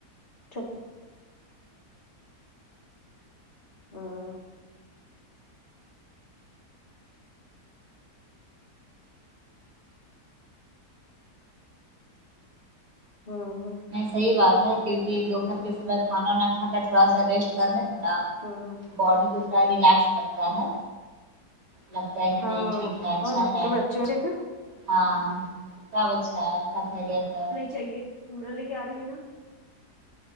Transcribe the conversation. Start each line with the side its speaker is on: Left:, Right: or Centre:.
Left: چلو ہاں ہاں
Right: میں صحیح بات ہے کیونکہ جو گھر کے صبح کھانا وانا کا کر تھوڑا سا ریسٹ کرنے سے نہ
Left: ہ
Right: باڈی کو تھڑا ریلیکس لگتا ہے لگتا ہے کہ
Left: ہاں
Right: نہیں ٹھیک ہے اچھا
Left: اور آپ
Right: ہے
Left: کے بچے بچے کا
Right: ہاں سب اچھا ہے سب خیریت ہے
Left: چلیے پورا لے کے آ رہی ہے نا